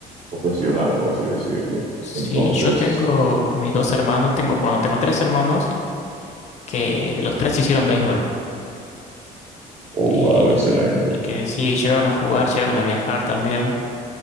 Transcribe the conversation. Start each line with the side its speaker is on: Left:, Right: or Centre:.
Right: profesional, por así decirlo.
Left: Sí,
Right: Entonces,
Left: yo tengo a mis dos hermanos, tengo, bueno, tengo tres hermanos que los tres hicieron béisbol
Right: oh,
Left: y,
Right: wow, excelente.
Left: y que sí, llegaron a jugar, llegaron a viajar también,